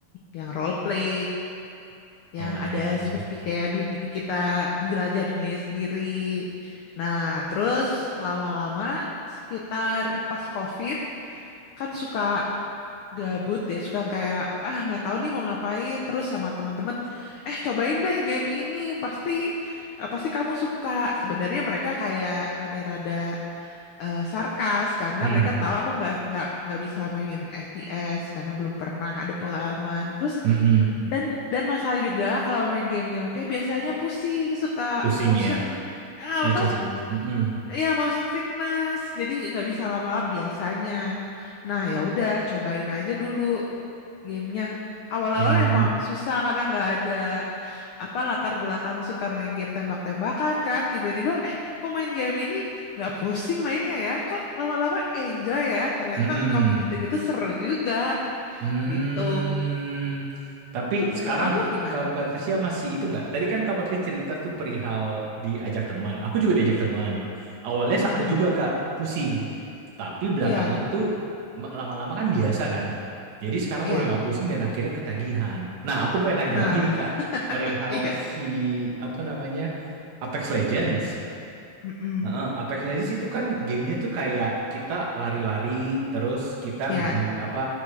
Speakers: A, on the left; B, on the right.
A: yang role play,
B: Oh,
A: yang ada seperti kayak dunia kita menjelajah dunia sendiri. Nah, terus lama-lama sekitar pas COVID kan suka gabut ya, suka kayak ah nggak tahu nih mau ngapain. Terus sama teman-teman, eh cobain deh game ini, pasti eh, pasti kamu suka. Sebenarnya mereka kayak rada-rada eh, sarkas karena
B: hmm,
A: mereka tahu aku nggak nggak nggak bisa main FPS karena belum pernah ada pengalaman. Terus
B: mm-mm.
A: dan dan masalah juga kalau main game-game FPS biasanya pusing, suka
B: Pusing
A: motion
B: ya.
A: eh,
B: No
A: apa?
B: chanting. Mm-mm.
A: Ya motion sickness. Jadi nggak bisa lama-lama biasanya. Nah, ya udah cobain aja dulu gamenya. Awal-awal
B: Oh, mm-mm.
A: emang susah karena nggak ada apa latar belakang suka main game tembak-tembakan kan. Tiba-tiba, eh kok main game ini nggak pusing mainnya ya? Kok lama-lama enjoy ya? Ternyata
B: Mm-mm.
A: kompetitif itu seru juga
B: Hmm,
A: gitu.
B: tapi
A: Kalau
B: sekarang
A: kamu gimana?
B: Kak Patricia masih itu nggak? Tadi kan Kak Patricia cerita tuh perihal diajak teman. Aku juga diajak teman. Awalnya
A: Mm-mm.
B: sama juga Kak, pusing. Tapi belakangan
A: Iya,
B: tuh ma- lama-lama kan biasa kan. Jadi sekarang
A: iya.
B: udah nggak pusing dan akhirnya ketagihan. Nah, aku pengen nanya
A: Nah,
B: lagi nih Kak, perihal
A: <laughs> iya.
B: si apa namanya Apex Legends.
A: Mm-mm.
B: Heeh, Apex Legends itu kan gamenya tuh kayak kita lari-lari terus kita
A: Iya,
B: bunuh apa